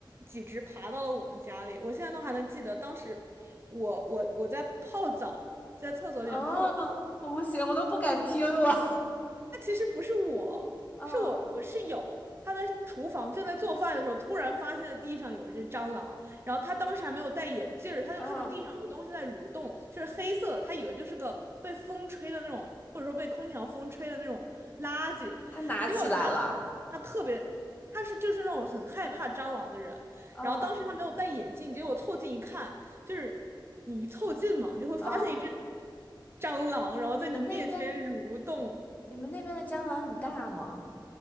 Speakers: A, on the right (about 30°); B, on the left (about 20°).
A: 几只爬到了我们家里，我现在都还能记得当时我我我在泡澡，在厕所里面泡。
B: 嗯，
A: 澡。
B: 我不行，我都不敢听了，
A: 他其实不是我，
B: <laughs> 嗯
A: 是我我室友，他在厨房正在做饭的时候，突然发现了地上有一只蟑螂，然后他当时还没有戴眼镜儿他就看到地上有个东西在蠕动，
B: 嗯，
A: 就是黑色的，他以为就是个被风吹的那种，或者说被空调风吹的那种垃圾，
B: 他拿起来了，
A: 结果他他特别。他是就是那种很害怕蟑螂的人，
B: 嗯
A: 然后当时他没有戴眼镜，结果凑近一看，就是你一凑近嘛，你就会发现一只
B: 嗯，
A: 蟑螂，然后在你面前蠕动。
B: 你们那边你们那边的蟑螂很大吗？